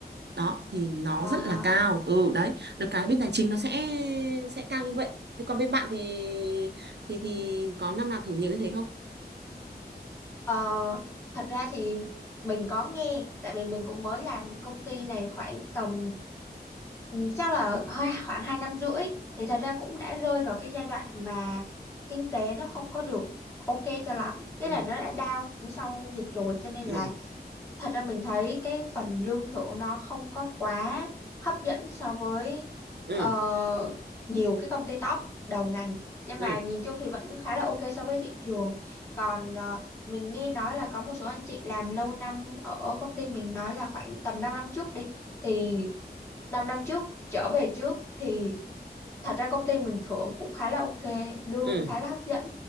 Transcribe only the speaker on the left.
Wow.
Ờ, thật ra thì mình có nghe tại vì mình cũng mới làm công ty này khoảng tầm Ừ, chắc là hơi khoảng hai năm rưỡi thì thật ra cũng đã rơi vào cái giai đoạn mà kinh tế nó không có được ok cho lắm cái
là nó đã down xuống sau dịch rồi cho nên
là thật ra mình thấy cái phần lương thưởng nó không có quá hấp dẫn so với
ờ, nhiều cái công ty top đầu ngành nhưng
mà nhìn chung thì vẫn khá là ok so với thị trường còn ờ, mình nghe nói là có một số anh chị làm lâu năm ở ở công ty mình nói là khoảng tầm 5 năm trước đi thì 5 năm trước trở về trước thì thật ra công ty mình thưởng cũng khá là ok, lương
khá là hấp dẫn.